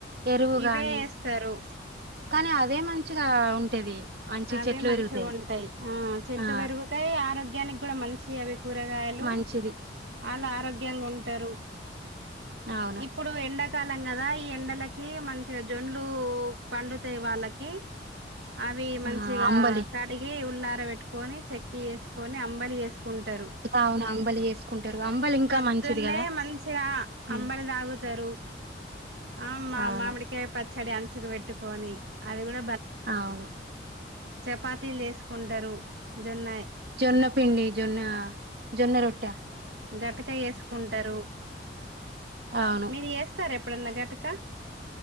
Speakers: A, on the right; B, on the right.
A: ఎరువు
B: ఇవే
A: గాని
B: ఏస్తారు.
A: కానీ అదే మంచిగా ఉంటది. మంచి
B: అవే
A: చెట్లు
B: మంచిగ
A: పెరుగుతాయి
B: ఉంటయి. ఆ చెట్లు
A: ఆ
B: పెరుగుతాయి, ఆరోగ్యానికి కూడ మంచి అవి కూరగాయలు.
A: మంచిది
B: ఆల్ ఆరోగ్యంగ ఉంటరు.
A: అవును
B: ఇప్పుడు ఎండ కాలం కదా, ఈ ఎండలకి మంచిగా జోన్లు పండుతయి వాళ్ళకి. అవి మంచిగా
A: ఆ అంబలి
B: కడిగి ఉల్లార పెట్టుకొని, చెక్కి చేసుకొని, అంబలి చేసు కుంటరు.
A: అవును అంబలి చేసుకుంటారు అంబలి ఇంకా
B: ప్రొద్దున్నే
A: మంచిది కదా
B: మంచిగా
A: హ్మ్.
B: అంబలి తాగుత్ తరు ఆ మా
A: అవును
B: మామిడికాయ పచ్చడి అంచుకి పెట్టుకొని, అది కూడ
A: అవును
B: చపాతీలు చేసుకుంటారు. జొన్నయి.
A: జొన్న పిండి. జొన్న, జొన్న రొట్ట.
B: గతిక చేసుకుంటారు
A: అవును
B: మీరు చేస్తార ఎప్పుడన్న ఘటక?